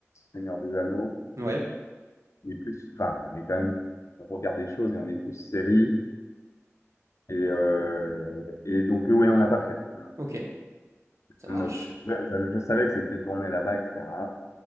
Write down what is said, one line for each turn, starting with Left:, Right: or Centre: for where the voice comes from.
Left: Seigneur des Anneaux.
Right: ouais.
Left: On est plus, enfin, on est quand même, on regarde des choses et on est plus série. Et, euh, et donc, oui, on n'a pas fait. On a-
Right: OK, ça
Left: je
Right: marche.
Left: note. Je, je- je savais que c'était tourné là-bas, etc.